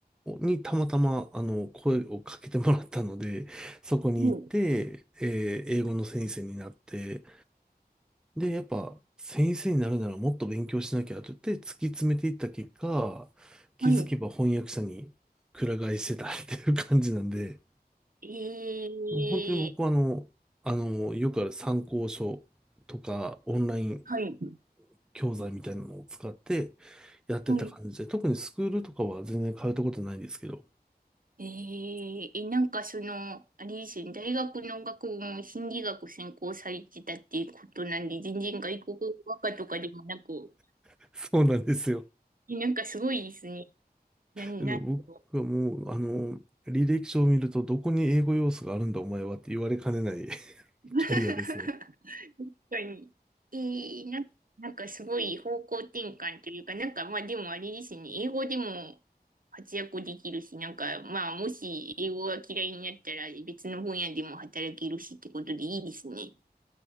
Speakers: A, in the centre; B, on the right.
A: にたまたま、あの、声をかけてもらったので、そこに行って、
B: うん。
A: えー英語の先生になって、で、やっぱ、先生になるならもっと勉強しなきゃと言って突き詰めていった結果、気づけば翻訳者にくら替えしてたっていう感じなんで、
B: はい。ええ
A: もう本当に僕はあの、あの、よくある参考書とか、オンライン
B: はい。
A: 教材みたいなのを使って、やってた感じで、
B: はい。
A: 特にスクールとかは全然通ったことないんですけど、
B: えええ、なんかその、あれですよね、大学の学部も心理学専攻されてたっていうことなんで、全然外国語学科とかでもなく、
A: <laughs> そうなんですよ。
B: えなんかすごいですね。な、なんだろう。
A: けど僕はもう、あの、履歴書を見ると、どこに英語要素があるんだお前はって言われかねない <laughs>
B: <laughs> 確
A: キャリアですね。
B: かに。ええな、なんかすごい方向転換というか、なんかまあでもあれですね、英語でも活躍できるし、なんかまあもし英語が嫌いになったら別の分野でも働けるしってことでいいですね。